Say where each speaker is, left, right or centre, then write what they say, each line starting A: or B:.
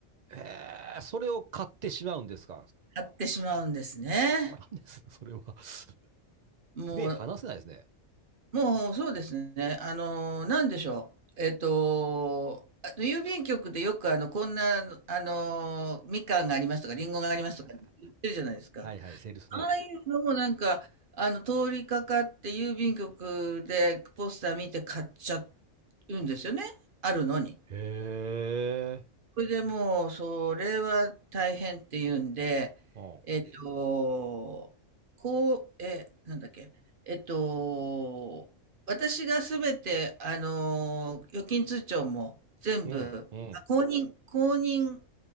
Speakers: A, on the right; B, on the right.
A: えー、それを買ってしまうんですか。
B: 買ってしまうんですね。
A: まんですかそれは。<laughs>
B: もう、
A: 目離せないですね。
B: もう、そうですね。あの、なんでしょう。えっと、あの郵便局でよく、あの、こんな、あの、みかんがありますとか、りんごがありますとか言ってるじゃないですか。
A: あーはいはい、セールスね。
B: ああいうのもなんか、あの、通りかかって郵便局でポスター見て買っちゃうんですよね。あるのに。
A: へえ。
B: それでもう、それは大変っていうんで、
A: うん。
B: えっと、こう、え、なんだっけ、えっと、私がすべて、あの、預金通帳も全部、
A: うん。うん。
B: あ公認、公認、